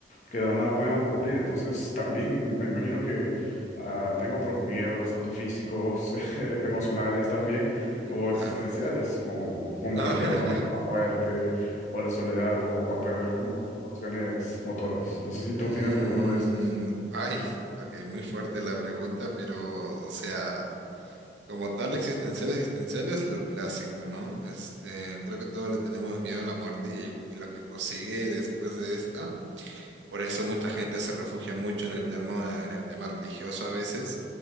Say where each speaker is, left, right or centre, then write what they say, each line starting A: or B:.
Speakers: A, on the left; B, on the right.
A: de la nada puedan ocurrir. Entonces, también me imagino que ah, tengo otros miedos, tanto físicos, <laughs> eh, emocionales también,
B: <laughs>
A: o
B: claro.
A: existenciales, como, como
B: <laughs>
A: cualquiera, ¿no? Miedo a la muerte, o a la soledad, o a perder como que tus pasiones motoras. No sé si
B: Mm,
A: tú tienes alguno de estos.
B: ay, ok, muy fuerte la pregunta, pero, o sea. Como tal, existenciales existenciales lo clásico, ¿no? Este, creo que todos le tenemos miedo a la muerte y, y lo que prosigue después de esta. Por eso mucha gente se refugia mucho en el termo, en el tema religioso a veces